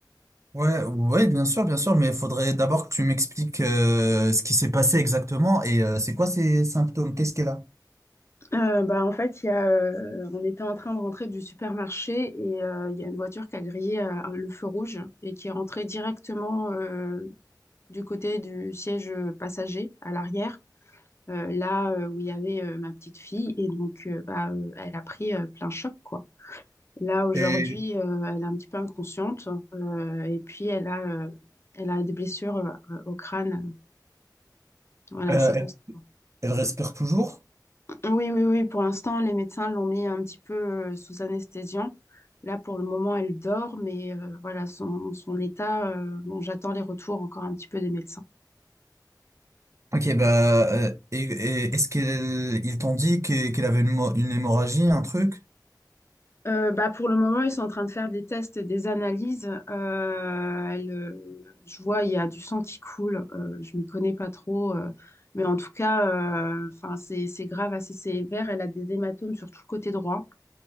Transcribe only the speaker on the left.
Euh, bah, en fait, il y a, euh, on était en train de rentrer du supermarché et euh, il y a une voiture qui a grillé euh, le feu rouge et qui est rentrée directement euh, du côté du siège euh, passager à l'arrière, euh, là euh, où il y avait euh, ma petite fille. Et donc, euh, bah, euh, elle a pris euh, plein choc, quoi. Là, aujourd'hui,
euh, elle est un petit peu inconsciente. euh, et puis, elle a, euh, elle a des blessures euh, au crâne. Voilà,
c'est constant.
Oui, oui, oui. Pour l'instant, les médecins l'ont mis un petit peu euh, sous anesthésiant. Là, pour le moment, elle dort, mais euh, voilà, son, son état, euh, bon, j'attends les retours encore un petit peu des médecins.
Euh, bah pour le moment, ils sont en train de faire des tests et des analyses. Euh, elle, euh, je vois, il y a du sang qui coule. Euh, je m'y connais pas trop, euh, mais en tout cas, euh, enfin, c'est c'est grave, assez sévère. Elle a des hématomes sur tout le côté droit.